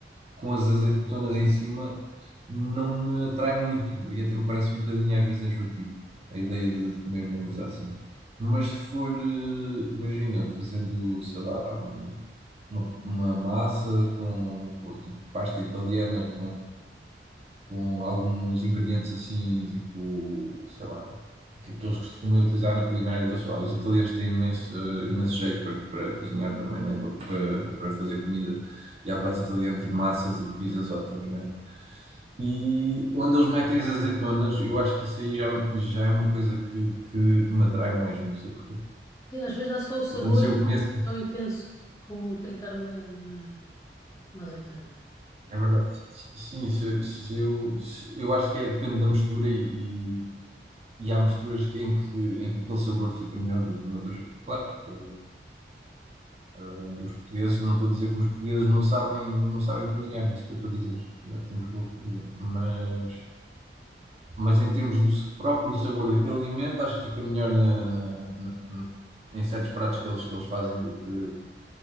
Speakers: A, on the right; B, on the left.
A: com as azeitonas em cima, não me atrai muito e até me parece um bocadinho às vezes enjoativo a ideia de, de comer uma coisa assim. Mas se for, eh, imagina, fazendo, sei lá, um- uma, uma massa com, com tipo pasta italiana com alguns ingredientes assim, tipo, sei lá, que, que eles costumam utilizar na culinária deles. Sei lá, os italianos têm imenso, eh, imenso jeito para, para cozinhar também, né? Para, para, para fazer comida. E há pratos italianos de massas e de pizzas ótimos, né? E onde eles metem as azeitonas, eu acho que isso aí já, já é uma coisa que, que, que me atrai mais, não sei porquê.
B: Sim, às vezes dá só o sabor
A: Portanto, se
B: e
A: eu
B: não
A: começo,
B: é assim tão intenso como trincar uma, uma, uma azeitona.
A: é verdade, sim, se, se eu, se- eu acho que é, depende da mistura e, E há misturas em que, em que aquele sabor fica melhor do que noutros. Claro que eh, os portugueses, não estou a dizer que os portugueses não sabem, não sabem cozinhar, nem é isso que eu estou a dizer. Não Temos boa comida. Mas, mas em termos do próprio sabor daquele alimento, acho que fica melhor na- na- na- em certos pratos que eles, que eles fazem do que,